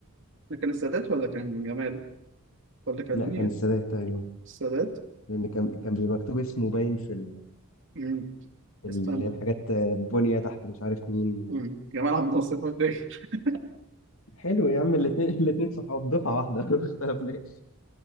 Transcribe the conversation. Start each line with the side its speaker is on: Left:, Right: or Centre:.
Right: ده كان السادات ولا كان جمال ولا كان
Left: لا
Right: مين؟
Left: كان السادات تقريبا
Right: السادات
Left: لان كان كان بيبقى مكتوب اسمه باين في ال-
Right: مم.
Left: في ال-
Right: استنى
Left: اللي هي الحاجات آه، بنية تحت مش عارف مين
Right: مم. جمال عبد الناصر فاكر <laughs>
Left: حلو يا عم الاتنين الاتنين صحاب دفعة واحدة <laughs> ما اختلفناش